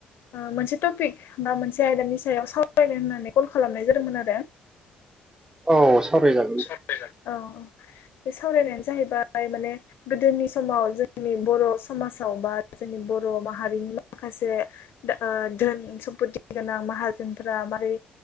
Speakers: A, on the left (about 65°); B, on the right (about 20°).
A: ओ मोनसे टपिक बा मोनसे आयदानि सायाव सावरानो होननानै कल खालामनाय जादोंमोन आरो
B: औ सावरायजागोन दे।
A: औ औ बे सावरायनायानो जाहैबाय माने गोदोनि समाव जोंनि बर' समाजाव बा जोंनि बर' माहारिनि माखासे दा धोन सम्पथि गोनां माहाजोनफोरा मारै